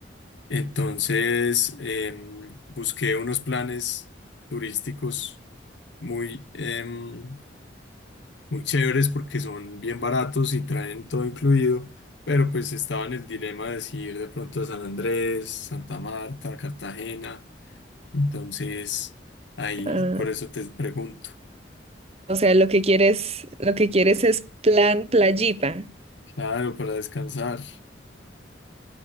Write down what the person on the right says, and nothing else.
Ah,
o sea, lo que quieres, lo que quieres es plan playita.